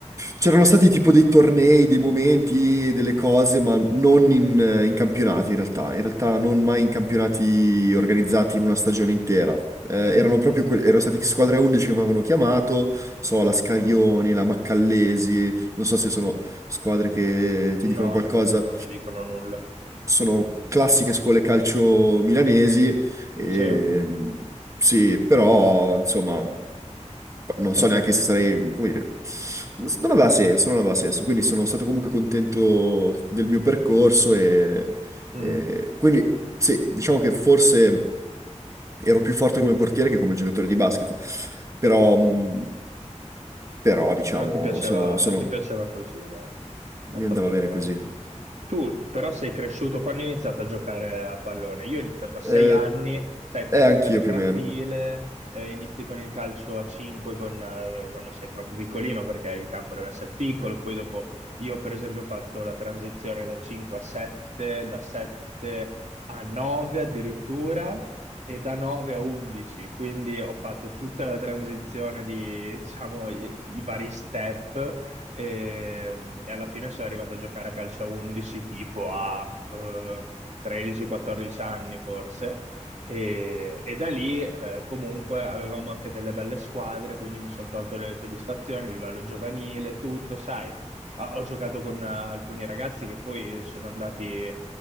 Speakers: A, on the right (about 25°); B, on the right (about 70°).
A: C'erano stati tipo dei tornei, dei momenti, delle cose, ma non in, in campionati in realtà. In realtà non mai in campionati organizzati in una stagione intera. Eh, erano
B: Mm,
A: proprio
B: mhm.
A: que- erano state squadre 11 che mi avevano chiamato, so, la Scarioni, la Maccallesi, non so se sono squadre che ti dicono
B: No,
A: qualcosa.
B: non, non mi dicono nulla.
A: Sono classiche scuole calcio milanesi, e,
B: Sì.
A: sì, però insomma non
B: Eh,
A: so neanche se sarei, come dire, non aveva senso, non aveva senso, quindi sono stato comunque contento del mio percorso e,
B: mm.
A: e quindi sì, diciamo che forse ero più forte come portiere che come giocatore di basket, però, mh, però diciamo,
B: Però ti piaceva,
A: sono, sono-
B: ti piaceva così, dai. Hai
A: mi
B: fatto
A: andava bene
B: bene.
A: così.
B: Tu però sei cresciuto quando hai iniziato a giocare a pallone. Io ho iniziato a sei
A: Eh,
B: anni, sai, fai
A: e anch'io
B: tutte le
A: più
B: trafile,
A: o meno.
B: eh, inizi con il calcio a cinque con, eh, quando sei proprio piccolino perché il campo deve essere piccolo. Poi dopo io per esempio ho fatto la transizione da 5 a 7, da 7 a 9 addirittura e da 9 a 11, quindi ho fatto tutta la transizione di, diciamo, i, i vari step e, e alla fine sono arrivato a giocare a calcio a 11 tipo a eh, 13-14 anni forse. E, e da lì eh, comunque avevamo anche delle belle squadre, quindi mi sono tolto delle soddisfazioni a livello giovanile, tutto, sai. Ah, Ho giocato con eh, alcuni ragazzi che poi sono andati